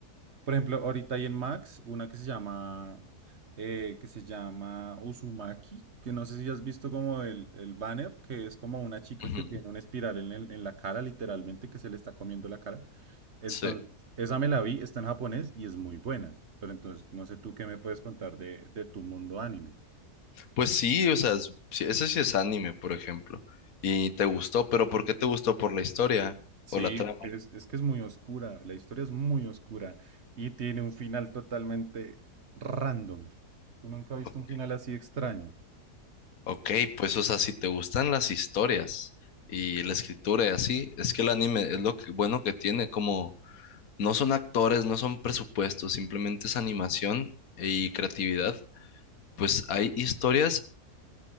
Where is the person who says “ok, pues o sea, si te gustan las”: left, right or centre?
Left